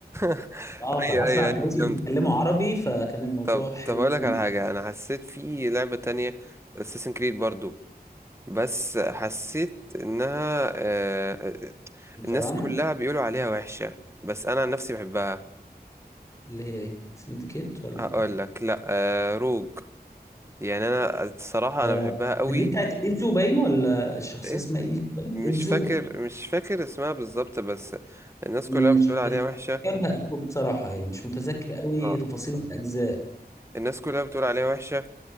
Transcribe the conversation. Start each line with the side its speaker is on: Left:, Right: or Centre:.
Right: <laughs>
Left: اه في
Right: أيوه
Left: عصر
Right: أيوه
Left: عباسي
Right: أيوه
Left: بيتكلموا عربي فكان الموضوع
Right: طب
Left: حلو
Right: طب اقول لك
Left: قوي
Right: على حاجه انا حسيت في لعبه تانية اساسن كريد برضو بس حسيت انها آه،
Left: الفراعنة
Right: الناس كلها بيقولوا عليها وحشه بس انا عن نفسي بحبها
Left: اللي هي إيه سندكيت ولا
Right: هقول لك لا آه، روج يعني انا الصراحه
Left: آه
Right: انا بحبها قوي
Left: دي بتاعت إيزو باين ولا الشخصية
Right: إيه؟
Left: اسمها إيزو باين
Right: مش
Left: إيزو
Right: فاكر مش فاكر اسمها بالظبط بس الناس
Left: مش
Right: كلها بتقول عليها وحشه
Left: متذكرها قوي بصراحة يعني مش متذكر قوي
Right: اه
Left: تفاصيل الأجزاء
Right: الناس كلها بتقول عليها وحشه